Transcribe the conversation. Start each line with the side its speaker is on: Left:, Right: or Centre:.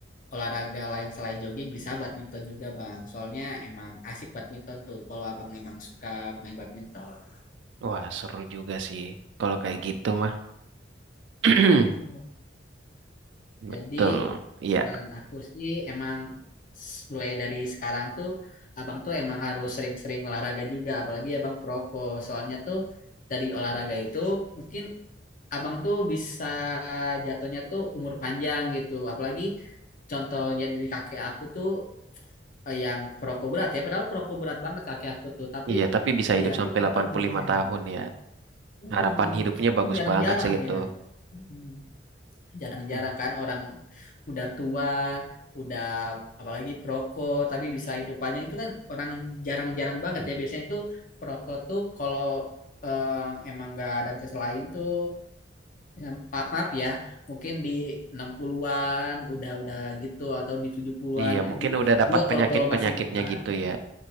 Left: olahraga lain selain jogging bisa badminton juga bang soalnya emang asik badminton tuh kalau abang emang suka main badminton
Right: Wah, seru juga sih kalau kayak gitu mah. <clears throat>
Left: tuh
Right: Betul.
Left: jadi
Right: Iya,
Left: saran aku sih emang s- mulai dari sekarang tuh abang tuh emang harus sering-sering olahraga juga apalagi abang proko soalnya tuh dari olahraga itu mungkin abang tuh bisa jatuhnya tuh umur panjang gitu apalagi contohnya dari kakek aku tuh eh, yang perokok berat ya padahal perokok berat banget kakek aku tuh tapi
Right: iya, tapi bisa hidup
Left: dia
Right: sampai
Left: tuh tetap
Right: delapan puluh
Left: umur
Right: lima
Left: sehat
Right: tahun ya.
Left: Mm,
Right: Harapan hidupnya
Left: ini
Right: bagus
Left: jarang-jarang
Right: banget sih itu.
Left: ya Mm, jarang-jarang
Right: Hmm.
Left: kan orang udah tua udah apalagi perokok tapi bisa hidup panjang itu kan orang jarang-jarang banget ya biasanya tuh perokok tuh kalau eh, emang nggak ada bisa lain tuh ya, maaf, maaf ya mungkin di 60-an udah udah gitu atau di 70-an
Right: Iya, mungkin
Left: itu
Right: udah dapat
Left: juga kalau
Right: penyakit-penyakitnya
Left: kalau masih bertahan
Right: gitu ya.